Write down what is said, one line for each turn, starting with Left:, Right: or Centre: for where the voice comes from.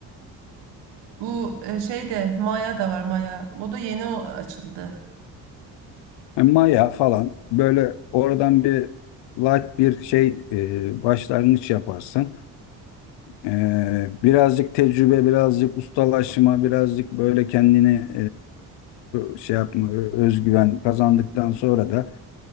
Right: Bu e, şey de Maya da var Maya. O da yeni o- açıldı.
Left: E, Maya falan böyle oradan bir light bir şey e, başlangıç yaparsın. E, birazcık tecrübe, birazcık ustalaşma, birazcık böyle kendini e, şey yapma, ö- özgüven kazandıktan sonra da